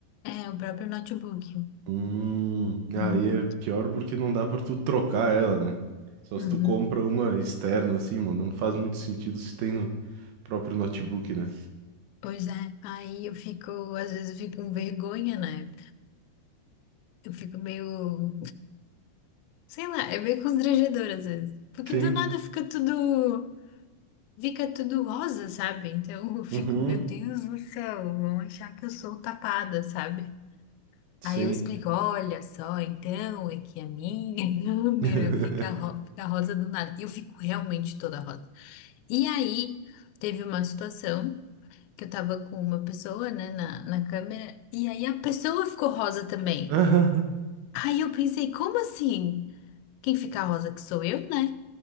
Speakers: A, on the left; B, on the right.
A: É, o próprio notebook.
B: Hum,
A: Uhum.
B: aí é pior porque não dá pra tu trocar ela, né? Só
A: Uhum.
B: se tu compra uma externa, assim, mano, não faz muito sentido se tem no próprio notebook, né?
A: Pois é, aí eu fico, às vezes eu fico com vergonha, né? Eu fico meio, sei lá, é meio constrangedor às vezes. Porque
B: Sim.
A: do nada fica tudo, fica tudo rosa, sabe? Então eu fico,
B: Uhum,
A: meu Deus do céu, vão achar que eu sou tapada, sabe?
B: sim.
A: Aí eu explico, olha só, então é que a minha <laughs> câmera
B: <laughs>
A: fica, ro- fica rosa do nada. E eu fico realmente toda rosa. E aí teve uma situação que eu tava com uma pessoa, né, na, na câmera, e aí a pessoa ficou rosa também.
B: <laughs>
A: Aí eu pensei, como assim? Quem fica rosa que sou eu, né?